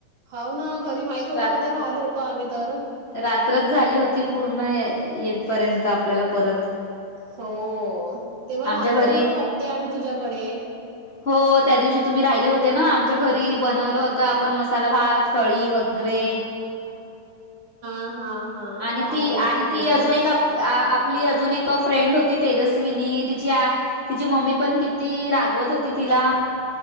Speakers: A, on the right; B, on the left.
A: हाव ना, घरी माहीत होता,
B: रात्र
A: होता राहिलो होतो, आम्ही तर.
B: रात्रच झाली होती पूर्ण ये येतपर्यंत आपल्याला परत.
A: हो, तेव्हा
B: आमच्या
A: राहलेलो
B: घरी
A: वाटते आम्ही तुझ्याकडे.
B: हो, त्या दिवशी तुम्ही राहिले होते ना, आमच्या घरी बनवलं होतं आपण मसाला भात, कडी वगैरे ग्रे
A: हा हा.
B: आणि
A: राधी
B: ती
A: होती
B: आणि
A: बरोबर
B: ती अजून
A: हाय.
B: एक आप आ आपली अजून एक अ फ्रेंड होती तेजस्विनी तिच्या तिची मम्मी पण किती रागवत होती तिला?